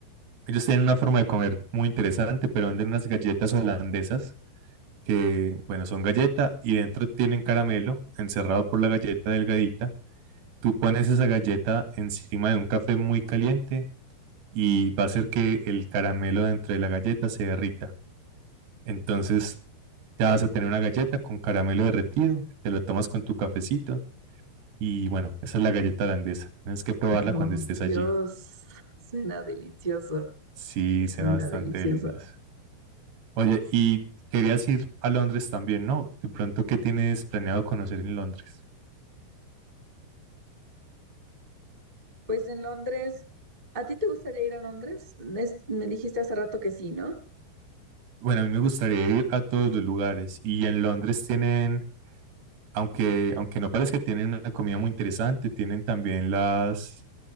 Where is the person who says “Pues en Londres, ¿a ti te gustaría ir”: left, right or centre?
Right